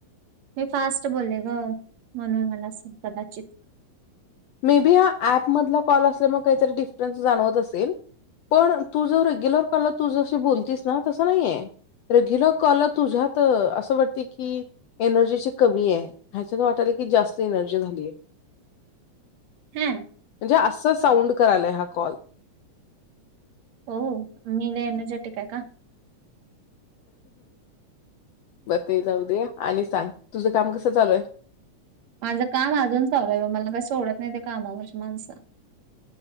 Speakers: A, on the right; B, on the left.
A: मी फास्ट बोलले ग, म्हणून आला असेल कदाचित
B: मे बी हा ऍप मधला कॉल असल्यामुळे काहीतरी डिफरन्स जाणवत असेल. पण तू जर रेग्युलर तू जशी बोलतीस ना तसं नाहीय. रेग्युलर कॉलला तुझ्यात असं वाटते की एनर्जीची कमी आहे ह्याच्या वाटालय जास्त एनर्जी झालीय.
A: हम्म.
B: म्हणजे असं साऊंड करायलाय हा कॉल.
A: हो मी लई एनर्जेटिक आहे का?
B: बर ते जाऊ दे, आणि सांग तुझं काम कसं चालू आहे?
A: माझं काम अजून चालू आहे, मला काही सोडत नाही त्या कामावरचे माणसं.